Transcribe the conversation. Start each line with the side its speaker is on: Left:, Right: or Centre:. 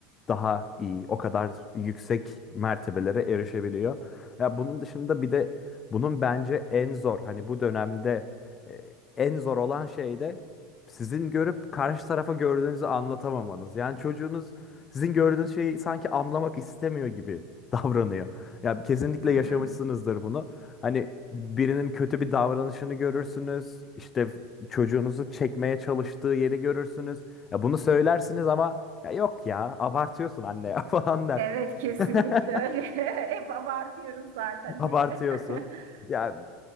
Left: daha iyi, o kadar yüksek mertebelere erişebiliyor. Ya bunun dışında bir de bunun bence en zor hani bu dönemde e, en zor olan şey de sizin görüp karşı tarafa gördüğünüzü anlatamamanız. Yani çocuğunuz sizin gördüğünüz şeyi sanki anlamak istemiyor gibi <laughs> davranıyor. Ya kesinlikle
Right: hı hı.
Left: yaşamışsınızdır bunu. Hani birinin kötü bir davranışını görürsünüz. İşte çocuğunuzu çekmeye çalıştığı yeri görürsünüz. Ya bunu söylersiniz ama ya yok ya abartıyorsun anne ya <laughs> falan der.
Right: Evet kesinlikle
Left: <laughs>
Right: öyle. <laughs> Hep abartıyoruz zaten.
Left: Abartıyorsun.
Right: Hep. <laughs>
Left: Ya